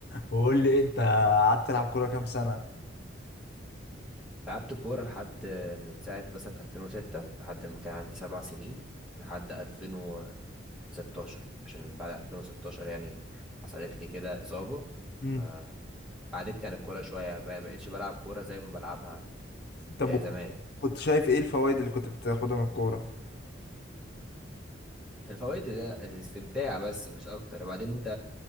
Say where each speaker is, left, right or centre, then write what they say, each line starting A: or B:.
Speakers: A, on the left; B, in the centre.
A: وقول لي انت قعدت تلعب كورة كام سنة
B: لعبت كورة لحد آه، من ساعة مثلا 2006 لحد ما كان عندي سبع سنين لحد 2016 عشان بعد 2016 يعني حصلت لي كده إصابة فبعدتني
A: مم.
B: عن الكورة شوية ما بقتش بلعب كورة زي ما بلعبها
A: طب
B: آه،
A: وكنت-
B: زمان
A: كنت شايف ايه الفوائد اللي كنت بتاخدها من الكورة
B: الفوائد ده استمتاع بس مش اكتر وبعدين انت